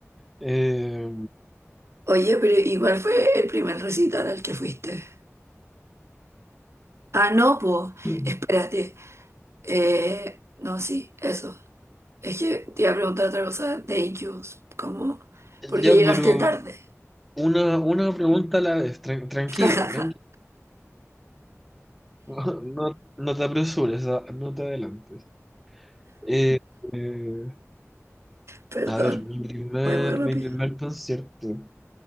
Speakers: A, in the centre; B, on the right.
A: Eh,
B: Oye, pero igual fue el primer recital al que fuiste. Ah, no, pues,
A: <clears throat>
B: espérate. Eh, no, sí, eso. Es que te iba a preguntar otra cosa de Incubus. ¿Cómo? Porque
A: ya,
B: llegaste
A: pero
B: tarde.
A: Una, una pregunta a la vez, tran- tranquila,
B: <laughs>
A: tranquila. <laughs> No, no te apresures, ah, no te adelantes. Eh, eh,
B: Perdón,
A: a ver, mi primer,
B: voy muy rápido.
A: mi primer concierto.